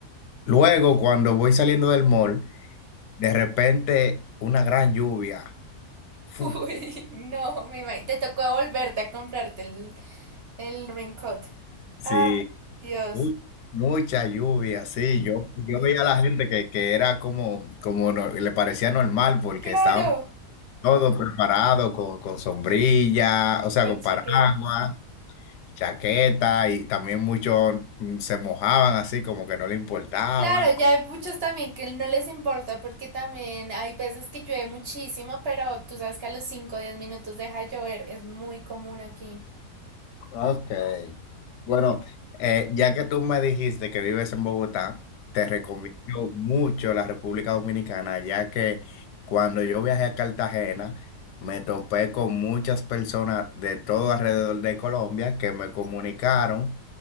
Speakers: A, on the left; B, on the right.
A: Luego, cuando voy saliendo del mall, de repente una gran lluvia. Fu-
B: Uy, no, mi madre. Te tocó volverte a comprarte el, el raincoat.
A: Sí,
B: Ah, Dios.
A: Mu- Mucha lluvia, sí. Yo, yo veía a la gente que, que era como, como no- le parecía normal porque
B: Claro,
A: estaban todos preparados con, con sombrilla, o sea,
B: con
A: con
B: chaqueta.
A: paraguas, chaqueta y también muchos mm, se mojaban así como que no le importaba.
B: Claro, ya hay muchos también que no les importa porque también hay veces que llueve muchísimo, pero tú sabes que a los 5, o 10 minutos deja de llover. Es muy común aquí.
A: Ok. Bueno, eh, ya que tú me dijiste que vives en Bogotá, te recomiendo mucho la República Dominicana, ya que cuando yo viajé a Cartagena, me topé con muchas personas de todo alrededor de Colombia que me comunicaron